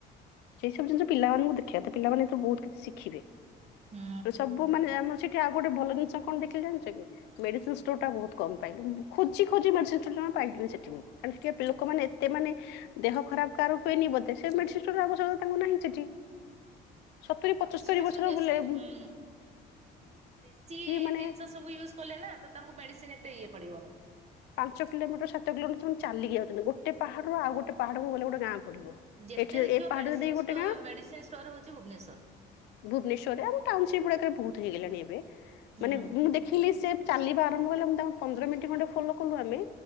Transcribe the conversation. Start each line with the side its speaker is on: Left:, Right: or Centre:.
Left: ସେଇ ସବୁ ଜିନିଷ ପିଲାମାନଙ୍କୁ ଦେଖିବା ତ ପିଲମାନେ ଏଥିରୁ ବହୁତ କିଛି ଶିଖିବେ।
Right: ହୁଁ।
Left: ସବୁ ମାନେ ଆମର ସେଠି ଆଉ ଗୋଟେ ଭଲ ଜିନିଷ କଣ ଦେଖିଲି ଜାଣିଛ କି? ମେଡ଼ିସିନ ଷ୍ଟୋରଟା ବହୁତ କମ୍ ପାଇଲି ମୁଁ ଖୋଜି ଖୋଜି ମେଡିସିନ ଷ୍ଟୋର ଜମା ପାଇଲିିନି ସେଠି ମୁଁ। ସେଠିକା ଲୋକମାନେ ଏତେ ମାନେ ଦେହ ଖରାପ କାର ହୁଏନି ବୋଧେ ସେ ମେଡିସିନ ଷ୍ଟୋର ଆବଶ୍ୟକତା ତାଙ୍କୁ ନାହିଁ ସେଠି। ସତୁରି ପଞ୍ଚସ୍ତରୀ
Right: ସେମାନେ
Left: ବର୍ଷର
Right: ସବୁ ଦେଶୀ
Left: ବୋଲେ
Right: ହୁଁ। ଦେଶୀ
Left: ମାନେ
Right: ଜିନିଷ ସବୁ ୟୁଜ କଲେ ନା ତ ତାଙ୍କୁ ମେଡିସିନ ଏତେ ଇଏ ପଡିବନି।
Left: ପାଞ୍ଚ କିଲୋମିଟର ସାତ କିଲମିଟର ସେମାନେ ଚାଲିକି ଯାଉଛନ୍ତି ଗୋଟେ ପାହାଡରୁ ଆଉ ଗୋଟେ ପାହାଡକୁ ଗଲେ ଗୋଟେ ଗାଁ ପଡିବ।
Right: ଯେତେ
Left: ଏଠି
Right: ଦେଖିବ
Left: ଏ ପାହାଡ
Right: ମେଡିସିନ
Left: ଦେଇ ଗୋଟେ
Right: ଷ୍ଟୋ
Left: ଗାଁ
Right: ମେଡିସିନ ଷ୍ଟୋର ହଉଛି ଭୁବନେଶ୍ୱର।
Left: ଭୁବନେଶ୍ଵରରେ ଆମ ଟାଉନସିପ ଗୁଡାକରେ ବହୁତ ହେଇଗଲାଣି ଏବେ
Right: ହୁଁ
Left: ମାନେ ମୁଁ ଦେଖିଲି ସେ ଚାଲିବା ଆରମ୍ଭ କଲେ ମୁ ତାଙ୍କୁ ପନ୍ଦର ମିନିଟ ଖଣ୍ଡେ ଫଲୋ କଲୁ ଆମେ